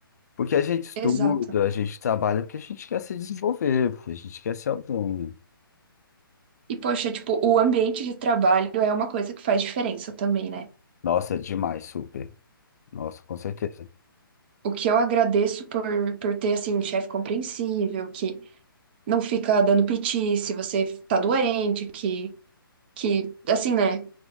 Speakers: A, on the left (about 45°); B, on the right (about 25°).
A: Porque a gente estuda,
B: exato.
A: a gente trabalha porque a gente quer se desenvolver, porque a gente quer ser autônomo.
B: E, poxa, tipo, o ambiente de trabalho é uma coisa que faz diferença também, né?
A: Nossa, é demais, super. Nossa, com certeza.
B: O que eu agradeço por, por ter, assim, chefe compreensível, que não fica dando piti se você tá doente, que, que, assim, né,